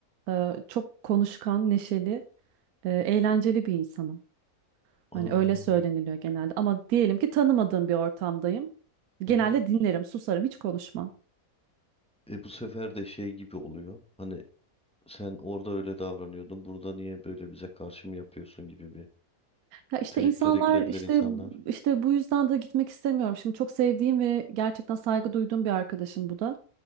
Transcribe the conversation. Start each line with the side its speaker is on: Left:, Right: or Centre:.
Right: e, çok konuşkan, neşeli, e, eğlenceli bir insanım.
Centre: Aa.
Right: Hani öyle söyleniliyor genelde. Ama diyelim ki tanımadığım bir ortamdayım. Genelde
Centre: Hı hı.
Right: dinlerim, susarım, hiç konuşmam.
Centre: E bu sefer de şey gibi oluyor. Hani sen orada öyle davranıyordun. Burada niye böyle bize karşı mı yapıyorsun gibi bir
Right: Ya işte
Centre: triplere
Right: insanlar
Centre: girebilir
Right: işte
Centre: insanlar.
Right: işte bu yüzden de gitmek istemiyorum. Şimdi çok sevdiğim ve gerçekten saygı duyduğum bir arkadaşım bu da.